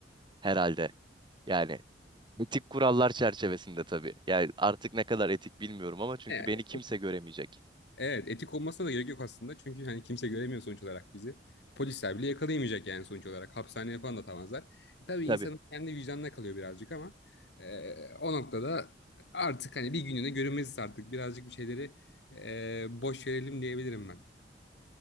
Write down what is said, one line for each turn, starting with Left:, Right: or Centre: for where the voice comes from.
Right: Herhalde yani. Etik kurallar çerçevesinde tabii. Yani artık ne kadar etik bilmiyorum ama çünkü
Left: E,
Right: beni kimse göremeyecek.
Left: Evet etik olmasına da gerek yok aslında. Çünkü hani kimse göremiyor sonuç olarak bizi. Polisler bile yakalayamayacak yani sonuç olarak. Hapishaneye falan da atamazlar. E, Tabii insanın
Right: Tabii.
Left: kendi vicdanına kalıyor birazcık ama e, o noktada artık hani bir gününe görünmeziz artık. Birazcık bir şeyleri e, boş verelim diyebilirim ben.